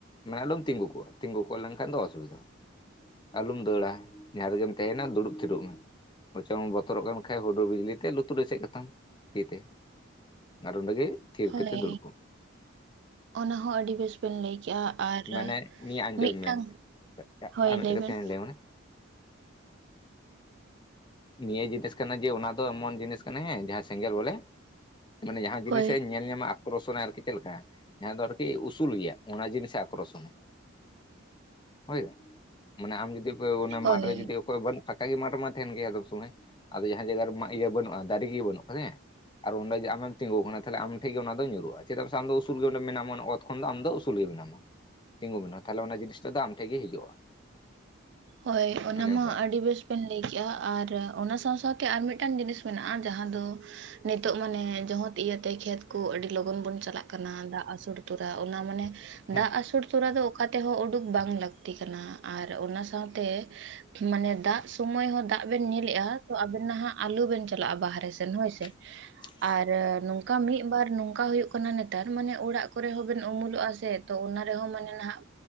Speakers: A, on the left; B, on the right.
A: ᱢᱟᱱᱮ ᱟᱞᱚᱢ ᱛᱤᱸᱜᱩ ᱠᱚᱜᱼᱟ ᱛᱤᱜᱩ ᱠᱚᱜ ᱞᱮᱱᱠᱷᱟᱱ ᱫᱚ ᱚᱥᱩᱵᱤᱫᱷᱟ ᱟᱞᱚᱢ ᱫᱟᱹᱲᱟ ᱡᱟᱦᱟᱸ ᱨᱮᱜᱮᱢ ᱛᱟᱦᱮᱱᱟ ᱫᱩᱲᱩᱵ ᱛᱤᱲᱩᱵ ᱢᱮ ᱵᱚᱛᱚᱨᱚᱜ ᱠᱟᱱ ᱠᱷᱟᱡ <inaudible> ᱵᱤᱡᱽᱞᱤ ᱛᱮ ᱞᱩᱛᱩᱨ ᱥᱮᱫ ᱠᱟᱛᱟᱢ ᱛᱤ ᱛᱮ ᱟᱨ ᱚᱸᱰᱮ ᱜᱮ ᱛᱷᱤᱨ
B: ᱦᱳᱭ
A: ᱠᱟᱛᱮ ᱫᱩᱲᱩᱵ ᱠᱚᱢ
B: ᱚᱱᱟ ᱦᱚᱸ ᱟᱹᱰᱤ ᱵᱮᱥ ᱵᱮᱱ ᱞᱟᱹᱭ ᱠᱮᱜᱼᱟ ᱟᱨ
A: ᱢᱟᱱᱮ ᱱᱤᱭᱟᱹ ᱟᱸᱡᱚᱢ
B: ᱢᱤᱫᱴᱟᱝ
A: ᱢᱮ <unintelligible>
B: ᱦᱳᱭ
A: ᱟᱨ ᱢᱤᱫᱴᱤᱡ
B: ᱞᱟᱹᱭ
A: ᱠᱟᱛᱷᱟᱧ
B: ᱵᱮᱱ
A: ᱞᱟᱹᱭᱟᱢᱟ ᱠᱟᱱᱟ ᱱᱤᱭᱟᱹ ᱡᱤᱱᱤᱥ ᱠᱟᱱᱟ ᱡᱮ ᱚᱱᱟ ᱫᱚ ᱮᱢᱚᱱ ᱡᱤᱱᱤᱥ ᱠᱟᱱᱟ ᱦᱮᱸ ᱡᱟᱦᱟᱸ ᱥᱮᱸᱜᱮᱞ ᱵᱚᱞᱮ ᱢᱟᱱᱮ ᱡᱟᱦᱟᱸ ᱡᱤᱱᱤᱥ
B: ᱦᱳᱭ
A: ᱮ ᱧᱮᱞ ᱧᱟᱢᱟ ᱟᱠᱚᱨᱥᱚᱱᱟ ᱟᱨᱠᱤ ᱪᱮᱫ ᱞᱮᱠᱟ ᱡᱟᱦᱟᱸ ᱫᱚ ᱟᱨᱠᱤ ᱩᱥᱩᱞ ᱜᱮᱭᱟ ᱚᱱᱟ ᱡᱤᱱᱤᱥᱮ ᱟᱠᱨᱚᱥᱚᱱᱟ ᱦᱳᱭ ᱢᱟᱱᱮ ᱟᱢ ᱡᱩᱫᱤ ᱚᱱᱟ
B: ᱦᱳᱭ
A: ᱢᱟᱴᱷᱨᱮ ᱡᱩᱫᱤ ᱚᱠᱚᱭ ᱵᱟᱹᱱᱩᱜ ᱯᱷᱟᱸᱠᱟ ᱜᱮ ᱢᱟᱴᱷ ᱢᱟ ᱛᱟᱦᱮᱱ ᱜᱮᱭᱟ ᱮᱫᱚᱢ ᱥᱚᱢᱚᱭ ᱟᱫᱚ ᱡᱟᱦᱟᱸ ᱡᱟᱭᱜᱟ ᱨᱮ ᱤᱭᱟᱹ ᱵᱟᱹᱱᱩᱜᱼᱟ ᱫᱟᱨᱮ ᱜᱮ ᱵᱟᱹᱱᱩᱜ ᱦᱮᱸ ᱟᱨ ᱚᱸᱰᱮ ᱜᱮ ᱟᱢᱮᱢ ᱛᱤᱸᱜᱩ ᱟᱠᱟᱱᱟ ᱛᱟᱦᱞᱮ ᱟᱢ ᱴᱷᱮᱱ ᱜᱮ ᱚᱱᱟ ᱫᱚ ᱧᱩᱨᱩᱜᱼᱟ ᱪᱮᱫᱟᱜ ᱥᱮ ᱟᱢᱫᱚ ᱩᱥᱩᱞ ᱜᱮ ᱚᱸᱰᱮ ᱢᱮᱱᱟᱢ ᱛᱚᱠᱷᱚᱱ ᱫᱚ ᱟᱢ ᱫᱚ ᱩᱥᱩᱞ ᱜᱮ ᱢᱮᱱᱟᱢᱟ ᱛᱤᱸᱜᱩ ᱢᱮᱱᱟᱢᱟ ᱛᱟᱦᱚᱞᱮ ᱚᱱᱟ ᱡᱤᱱᱤᱥᱴᱟᱜ ᱫᱚ ᱟᱢ ᱴᱷᱮᱱ ᱜᱮ ᱦᱤᱡᱩᱜᱼᱟ
B: ᱦᱳᱭ ᱚᱱᱟ
A: ᱚᱱᱮ
B: ᱢᱟ
A: ᱚᱱᱠᱟᱭᱟ
B: ᱟᱹᱰᱤ ᱵᱮᱥ ᱵᱮᱱ ᱞᱟᱹᱭ ᱠᱮᱜᱼᱟ ᱟᱨ ᱚᱱᱟ ᱥᱟᱶ ᱥᱟᱶ ᱛᱮ ᱟᱨ ᱢᱤᱫᱴᱟᱱ ᱡᱤᱱᱤᱥ ᱢᱮᱱᱟᱜᱼᱟ ᱡᱟᱦᱟᱸ ᱫᱚ ᱱᱤᱛᱚᱜ ᱢᱟᱱᱮ ᱡᱚᱛ ᱤᱭᱟᱹᱛᱮ ᱠᱷᱮᱛ ᱠᱚ ᱟᱹᱰᱤ ᱞᱚᱜᱚᱱ ᱵᱚᱱ ᱪᱟᱞᱟᱜ ᱠᱟᱱᱟ ᱫᱟᱜ ᱟᱹᱥᱳᱨ ᱠᱮᱫᱟ ᱚᱱᱟ ᱢᱟᱱᱮ
A: ᱦᱮᱸ
B: ᱫᱟᱜ ᱟᱥᱩᱨ ᱛᱚᱨᱟ ᱫᱚ ᱚᱠᱟ ᱛᱮᱦᱚᱸ ᱩᱰᱩᱠ ᱵᱟᱝ ᱞᱟᱹᱠᱛᱤ ᱠᱟᱱᱟ ᱟᱨ ᱚᱱᱟ ᱥᱟᱶᱛᱮ ᱢᱟᱱᱮ ᱫᱟᱜ ᱥᱩᱢᱚᱭ ᱦᱚᱸ ᱫᱟᱜ ᱵᱮᱱ ᱧᱮᱞᱮᱜᱼᱟ ᱛᱚ ᱟᱵᱮᱱ ᱱᱟᱦᱟᱜ ᱟᱞᱩ ᱵᱮᱱ ᱪᱟᱞᱟᱜᱼᱟ ᱵᱟᱦᱨᱮ ᱥᱮᱱ ᱦᱳᱭ ᱥᱮ
A: <inaudible>
B: ᱟᱨᱦᱚ ᱢᱤᱫ ᱵᱟᱨ ᱱᱚᱝᱠᱟ ᱦᱩᱭᱩᱜ ᱠᱟᱱᱟ ᱱᱮᱛᱟᱨ ᱢᱟᱱᱮ ᱚᱲᱟᱜ ᱠᱚᱨᱮ ᱦᱚᱸᱵᱚᱱ ᱩᱢᱩᱞᱚᱜᱼᱟ ᱥᱮ ᱛᱚ ᱚᱱᱟ ᱨᱮᱦᱚᱸ ᱢᱟᱱᱮ ᱱᱟᱦᱟᱜ